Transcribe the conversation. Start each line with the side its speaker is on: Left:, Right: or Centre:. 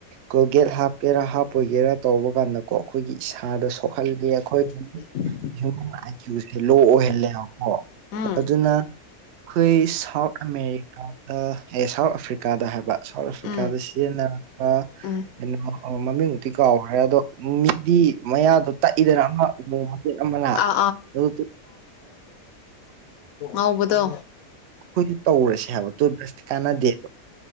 Right: ꯀ ꯒꯦꯠ ꯍꯥꯞꯀꯦꯔꯥ ꯍꯥꯞꯄꯣꯏꯒꯦꯔꯥ ꯇꯧꯕ ꯀꯥꯟꯗꯀꯣ ꯑꯩꯈꯣꯏꯒꯤ ꯏꯁꯥꯗ ꯁꯣꯛꯍꯒꯦ ꯑꯩꯈꯣꯏ
Left: <inaudible> <unintelligible>
Right: ꯍ꯭ꯨꯃꯦꯟ ꯑꯥꯏꯀ꯭ꯌꯨꯁꯦ ꯂꯣ ꯑꯣꯏꯍꯜꯂꯦꯕꯀꯣ
Left: ꯎꯝ
Right: ꯑꯗꯨꯅ ꯑꯩꯈꯣꯏ ꯁꯥꯎꯠ ꯑꯃꯦꯔꯤꯀꯥꯗ ꯑꯦ ꯁꯥꯎꯠ ꯑꯐ꯭ꯔꯤꯀꯥꯗ ꯍꯥꯏꯕ ꯁꯥꯎꯠ ꯑꯐ꯭ꯔꯤꯀꯥꯗ
Left: ꯎꯝ
Right: ꯁꯤꯖꯤꯟꯅꯔꯛꯄ
Left: ꯎꯝ
Right: ꯀꯩꯅꯣ ꯃꯃꯤꯡꯃꯨꯛꯇꯤ ꯀꯥꯎꯈ꯭ꯔꯦ ꯑꯗꯣ ꯃꯤꯗꯤ ꯃꯌꯥꯗꯣ ꯇꯥꯛꯏꯗꯅ ꯑꯃ ꯎꯃꯪ ꯃꯇꯆꯦꯦꯛ ꯑꯃꯅ
Left: ꯑꯥ
Right: ꯑꯗꯨ
Left: ꯑꯕꯗꯣ
Right: ꯑꯩꯈꯣꯏꯗꯤ ꯇꯧꯔꯁꯦ ꯍꯥꯏꯕ ꯇꯨꯁꯇ ꯀꯥꯟꯅꯗꯦꯕ